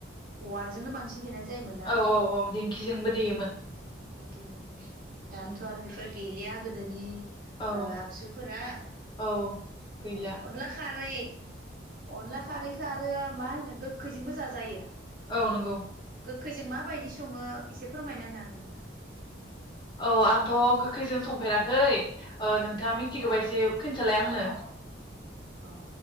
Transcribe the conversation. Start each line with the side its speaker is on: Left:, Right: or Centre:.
Right: उवाल जोंनो बांसिन देनाय जायोमोन ना
Left: औ औ औ दिंखिजोंबो
Right: ओ
Left: देयोमोन
Right: दिंखिजोंबो दाथ'
Left: उम
Right: आरो बेफोर गैलिया गोदोनि
Left: औ
Right: ओ आगजुफोरा
Left: औ गैला
Right: औ अनला खारै अनला खारैखो आरो मा होनो गोखैजोंबो जाजायो।
Left: औ नंगौ
Right: खैजों माबायदि सङो एसे फोरमायना होनो हागोन नामा
Left: औ आंथ' गोखैजों संफेराखै ओ नोंथाङा मिथिगोबा एसे खोनथालाय आंनो
Right: अ